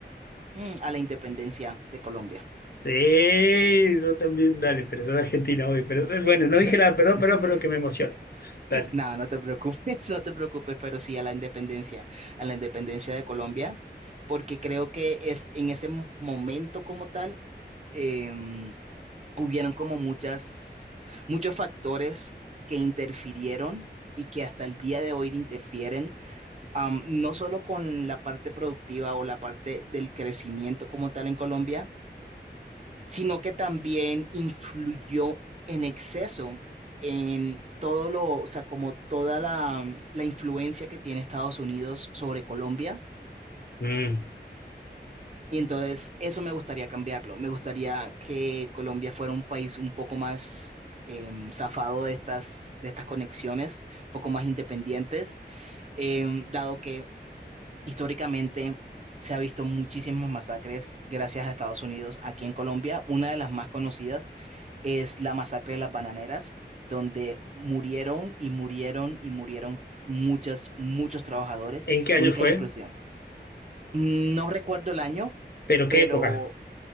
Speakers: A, on the right; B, on the left.
A: mm, a la independencia de Colombia.
B: Sí, yo también, dale, pero soy de Argentina hoy. Pero eh, bueno, no dije
A: <laughs>
B: nada, perdón, perdón, pero que me emociona. Dale.
A: No, no te preocupes, <laughs> no te preocupes, pero sí a la independencia, a la independencia de Colombia, porque creo que es en ese mo- momento como tal, em, hubieron como muchas, muchos factores que interfirieron y que hasta el día de hoy interfieren, am, no solo con la parte productiva o la parte del crecimiento como tal en Colombia, sino que también influyó en exceso en todo lo, o sea, como toda la, la influencia que tiene Estados Unidos sobre Colombia.
B: Mm.
A: Y entonces eso me gustaría cambiarlo. Me gustaría que Colombia fuera un país un poco más em, zafado de estas, de estas conexiones, un poco más independientes, em, dado que Históricamente se ha visto muchísimas masacres gracias a Estados Unidos aquí en Colombia. Una de las más conocidas es la masacre de las bananeras, donde murieron y murieron y murieron muchas, muchos trabajadores,
B: ¿En qué
A: única
B: año fue?
A: y exclusiva. No recuerdo el año,
B: ¿Pero qué
A: pero
B: época?